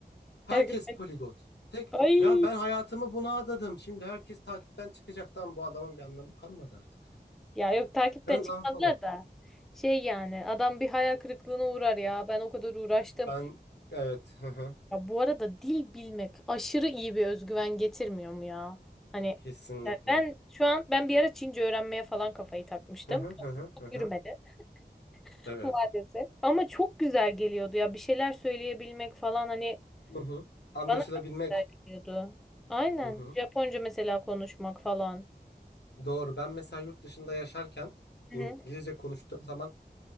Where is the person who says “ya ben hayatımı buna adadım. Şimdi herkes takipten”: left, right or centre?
Left